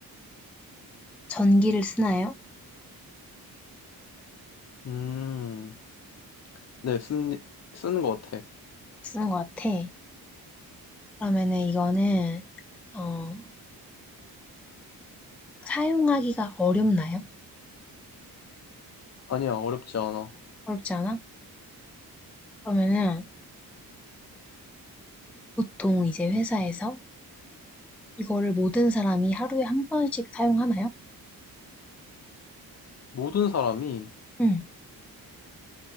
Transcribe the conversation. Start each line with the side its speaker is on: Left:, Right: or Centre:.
Centre: 전기를 쓰나요?
Left: 음, 네, 쓴, 쓰는 거 같아.
Centre: 쓰는 것 같아. 그러면은 이거는, 어, 사용하기가 어렵나요?
Left: 아니야, 어렵지 않아.
Centre: 어렵지 않아? 그러면은 보통 이제 회사에서 이거를 모든 사람이 하루에 한 번씩 사용하나요?
Left: 모든 사람이
Centre: 응,